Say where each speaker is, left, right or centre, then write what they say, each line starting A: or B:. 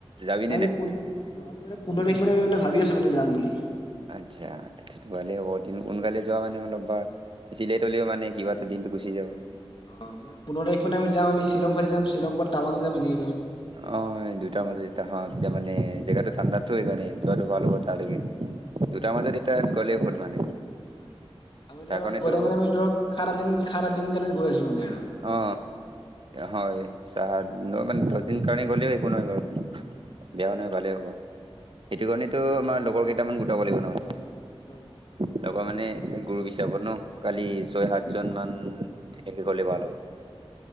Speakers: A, on the right; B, on the left.
A: যাবিনে
B: মানে
A: নাই
B: পোন্ধৰ তাৰিখ মানে আমি মানে ভাবি আছো মানে যাম বুলি।
A: আচ্ছা ভালে হ'ব সোনকালে যোৱা মানে অলপ বাৰ চিলাই তলেও মানে কিবা টো দিনটো গুচি যাব।
B: অ পোন্ধৰ তাৰিখ মানে আমি যাওঁ আমি শ্বিলং ফালে যাম শ্বিলং পৰা তাৱাং যাম এনে
A: অ দুয়টাৰ মাজত যেতিয়া হ তেতিয়া মানে জেগাটো ঠাণ্ডা টো এইকাৰণেই যোৱাটো ভাল হ'ব তালে। দুটাৰ
B: মানে
A: মাজত
B: আমি
A: এতাত
B: ধৰক
A: গ'লেই হ'ল মানে
B: হয় আমি
A: তাৰ
B: ধৰক
A: কাৰণেতো
B: গ'লে মানে আমি ধৰক সাত আঠ দিন সাত আঠ দিন কাৰণে গৈ আছো মানে। আৰু
A: অ হয় চাহ মানে দহ দিন কাৰণে গ'লেও একো নহয় বাৰু বেয়া নহয় ভালেই হ'ব সেইটো
B: অ।
A: কাৰণেটো আমাৰ লগৰ কেইটামান গোটাব কৰিব নহয়।
B: হয়
A: তাৰপৰা মানে গ্ৰপ হিচাবত ন খালি ছয় সাতজন মান এনেকে গলে ভাল হ'ব।